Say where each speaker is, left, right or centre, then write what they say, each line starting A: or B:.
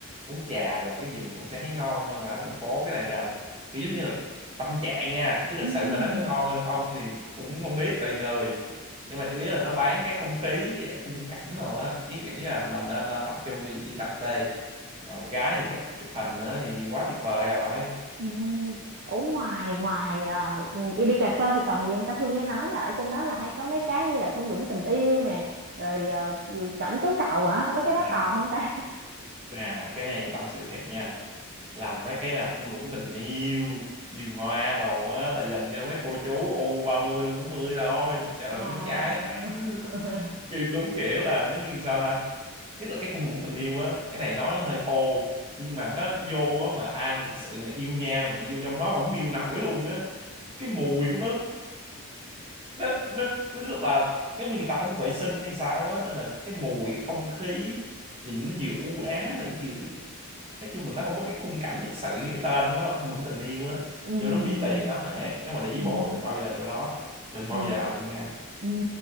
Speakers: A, on the right (about 25°); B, on the right (about 45°).
A: uống trà đồ cái gì mình cũng sẽ thấy ngon hơn là ở thành phố cái này là kiểu giống như là tâm trạng nha chứ thực
B: Ừm,
A: sự mà nó có ngon hơn không thì cũng không biết tùy người nhưng mà chủ yếu là nó bán cái không khí với lại khung cảnh đồ á chứ nghĩ là mình nên ờ, tập trung cho việc đi cà phê còn gái thì chắc chụp hình nữa thì quá tuyệt vời rồi
B: Ừm, Ở ngoài ngoài ờ, đi, đi cà phê thì còn gì không ta thường nghe nói là ở trên đó là hay có mấy cái như là thung lũng tình yêu nè, rồi ờ, cẩm tú cầu hả? Mấy cái đó
A: À,
B: còn không ta?
A: À, cái này tâm sự thiệt nha làm mấy cái là thung lũng tình yêu vườn hoa đồ á là dành cho mấy cô chú u 30 u 40 thôi trời
B: Ờ.
A: ơi, nó chán lắm.
B: <laughs>
A: Kiểu- đúng kiểu là giống như sao ta nhất là cái thung lũng tình yêu á cái này nói nó hơi thô nhưng mà nó vô á mà ai mà thực sự mà yêu nhau mình đi vô trong nó không miêu nổi luôn á cái mùi của nó nó nó nó rất là giống như người ta không có vệ sinh hay sao á nên là cái mùi cái không khí nhìn nó vừa u ám mà nó vừa nói chung là nó không có cái khung cảnh thực sự như cái tên của nó là thung lũng tình yêu á
B: ừm,
A: vô đó phí tiền lắm nó hẹn nếu mà đi với bồ
B: ừm,
A: đừng bao giờ vô đó đừng
B: ừm.
A: bao giờ luôn nha
B: Ừ.